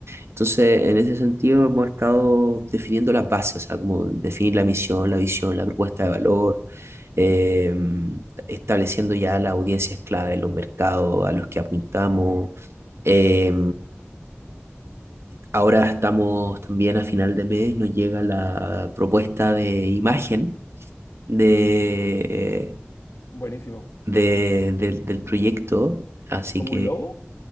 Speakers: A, on the right (about 75°); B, on the left (about 75°).
A: Entonces, en ese sentido
B: Perfecto.
A: hemos estado definiendo las bases, o sea, como definir la misión, la visión, la propuesta de valor, eh, estableciendo ya las audiencias clave, los mercados a los que apuntamos. Eh, Ahora estamos también a final de mes, nos llega la propuesta de imagen de,
B: Buenísimo.
A: de- del del proyecto, así
B: ¿Como
A: que,
B: un lobo?